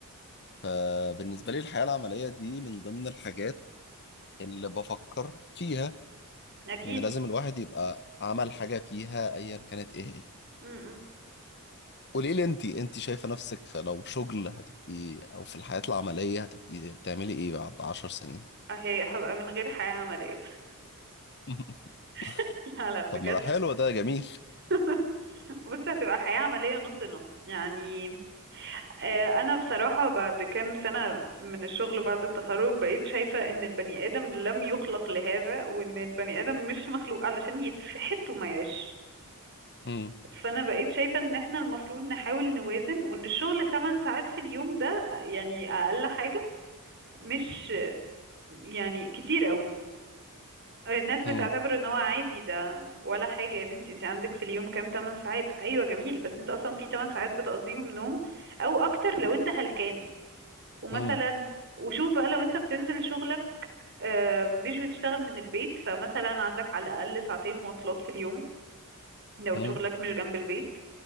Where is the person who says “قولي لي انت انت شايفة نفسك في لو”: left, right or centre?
Left